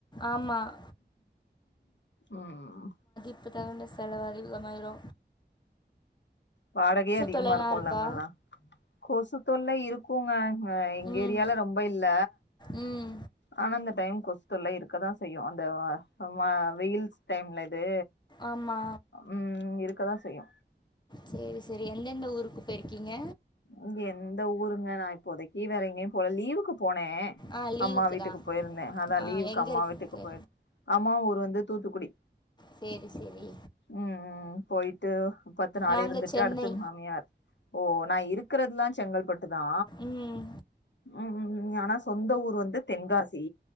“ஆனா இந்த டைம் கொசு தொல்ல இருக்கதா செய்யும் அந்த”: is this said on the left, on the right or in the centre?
Left